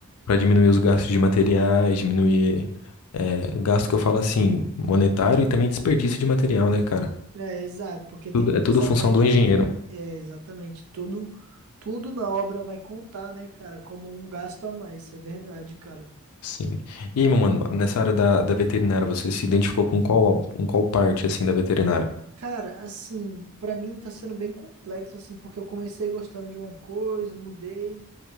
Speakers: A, on the left; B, on the right.
A: para diminuir os gastos de materiais, diminuir é, gasto que eu falo assim, monetário e também desperdício de material, né, cara?
B: É, exato, porque tem
A: Tudo,
B: muito
A: é tudo
B: essa
A: função
B: parte.
A: do engenheiro.
B: É, exatamente. Tudo, tudo na obra vai contar, né, cara? Como um gasto a mais, isso é verdade, cara.
A: Sim. E aí, meu mano, nessa área da, da veterinária, você se identificou com qual, com qual parte, assim, da veterinária?
B: Cara, assim, pra mim tá sendo bem complexo, assim, porque eu comecei gostando de uma coisa, mudei.